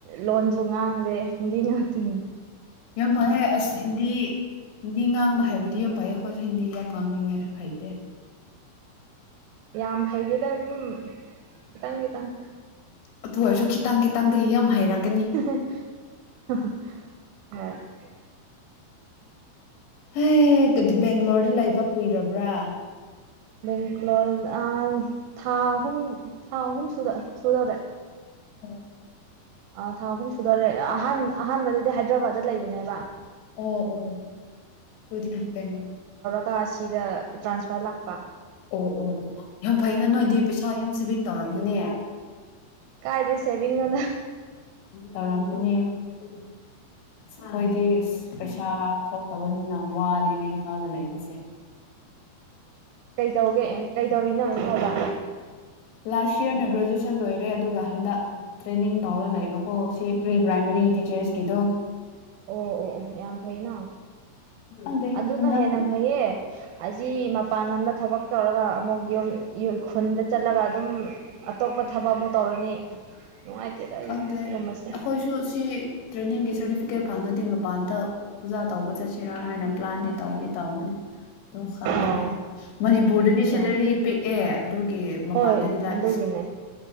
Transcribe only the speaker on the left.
ꯌꯥꯝ ꯐꯩ ꯑꯁ ꯍꯤꯟꯗꯤ ꯍꯤꯟꯗꯤ ꯉꯥꯡꯕ ꯍꯥꯏꯕꯗꯤ ꯌꯥꯝ ꯐꯩ ꯑꯩꯈꯣꯏꯁꯨ ꯍꯤꯟꯗꯤ ꯌꯥꯝ ꯉꯥꯡꯅꯤꯡꯉꯦ ꯐꯩꯇꯦ
ꯑꯗꯨ ꯑꯣꯏꯔꯁꯨ ꯈꯤꯇꯪ ꯈꯤꯇꯪꯗꯒꯤ ꯌꯥꯝ ꯍꯩꯔꯛ
ꯍꯗꯤ ꯕꯦꯡꯒ꯭ꯂꯣꯔꯗ ꯂꯩꯕ ꯀꯨꯏꯔꯕ꯭ꯔꯥ
ꯎꯝ ꯎꯝ
ꯑꯣ ꯑꯣ <unintelligible>
ꯑꯣ ꯑꯣ ꯑꯣ ꯌꯥꯝ ꯐꯩꯅ ꯅꯣꯏꯗꯤ ꯄꯩꯁꯥ ꯌꯥꯝ ꯁꯦꯚꯤꯡ ꯇꯧꯔꯝꯕꯅꯦ
ꯇꯧꯔꯝꯃꯅꯤ ꯎꯝ ꯑꯣꯏꯗꯤ ꯄꯩꯁꯥ ꯊꯣꯛꯇꯕꯅꯤꯅ ꯋꯥꯔꯅꯦ ꯏꯝꯐꯥꯜꯗ ꯂꯩꯕꯁꯦ
ꯂꯥꯁ ꯌꯔꯅ ꯒ꯭ꯔꯦꯖꯨꯑꯦꯁꯟ ꯂꯣꯏꯔꯦ ꯑꯗꯨꯒ ꯍꯟꯗꯛ ꯇ꯭ꯔꯦꯅꯤꯡ ꯇꯧꯔ ꯂꯩꯕꯀꯣ ꯁꯤ ꯄ꯭ꯔꯤ ꯄ꯭ꯔꯥꯏꯃꯥꯔꯤ ꯇꯤꯆꯔꯁꯀꯤꯗꯣ
ꯈꯪꯗꯦ
ꯍꯟꯗꯛ
ꯈꯪꯗꯦ
ꯑꯩꯈꯣꯏꯁꯨ ꯁꯤ ꯇ꯭ꯔꯦꯅꯤꯡꯒꯤ ꯁꯥꯔꯇꯤꯐꯤꯀꯦꯠ ꯐꯪꯉꯗꯤ ꯃꯄꯥꯟꯗ ꯎꯖꯥ ꯇꯧꯕ ꯆꯠꯁꯤꯔꯥ ꯍꯥꯏꯅ ꯄ꯭ꯂꯥꯟꯗꯤ ꯇꯧꯗꯤ ꯇꯧꯕꯅꯤ ꯑ ꯈꯪꯗ꯭ꯔꯦ
ꯃꯅꯤꯄꯨꯔꯗꯗꯤ ꯁꯦꯂꯔꯤ
ꯄꯤꯛꯑꯦ ꯑꯗꯨꯒꯤ ꯃꯄꯥꯟꯗꯗꯤ
ꯂꯥꯏ